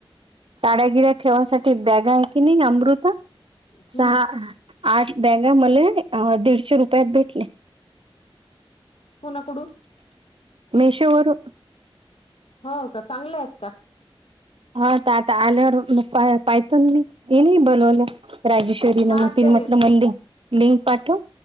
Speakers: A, on the right; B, on the left.
A: साड्यागिऱ्या ठेवाण्यासाठी बॅग आहे की नाही अमृता?
B: हम्म
A: सहा, आठ बॅगा मले, दीडशे रुपयात भेटले.
B: कोणा कडून.
A: हे शो वरुन.
B: हो का? चांगलेयेत का?
A: हा त आता आल्यावर मग पाहतोन मी, ये नी बोलवल्या राजेश,
B: हा
A: मग तिन
B: ते
A: म्हटलं मले लिंक पाठव,